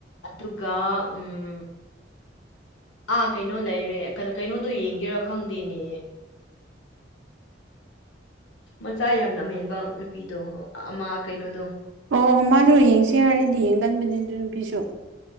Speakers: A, on the left; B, on the right.
A: ꯑꯗꯨꯒ ꯎꯝ ꯑꯥ ꯀꯩꯅꯣ ꯂꯩꯔꯦ ꯀꯩꯅꯣꯗꯣ ꯌꯦꯡꯒꯦꯔ ꯈꯪꯗꯦꯅꯦ ꯃꯆꯥ ꯌꯥꯝ ꯂꯝꯍꯦꯟꯕ ꯅꯨꯄꯤꯗꯣ ꯑꯃ ꯀꯩꯅꯣꯗꯣ
B: ꯑꯣ ꯃꯥꯗꯣ ꯌꯦꯡꯁꯦ ꯍꯥꯏꯔꯗꯤ ꯌꯦꯡꯒꯟꯕꯅꯦ ꯑꯗꯨ ꯅꯨꯄꯤꯁꯨ